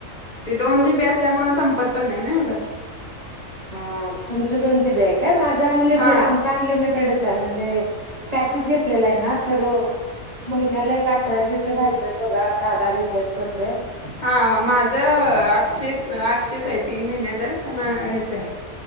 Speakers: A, on the left; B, on the right.
A: ते दोन जीबी असल्यामुळे संपत पण नाही ना एवढं.
B: हा तुमचं दोन जीबी हाय काय. माझा अनलिम
A: हा
B: आमचा अनलिमिटेडच आहे म्हणजे. पॅकच घेतलेला आहे ना तर, महिन्याला एक अठराशेच घालतयात बघा दादा रिचार्ज करतोयं.
A: हा माझ आठशे आठशेच आहे. तीन महिन्याच आहे. पण हेच आहे.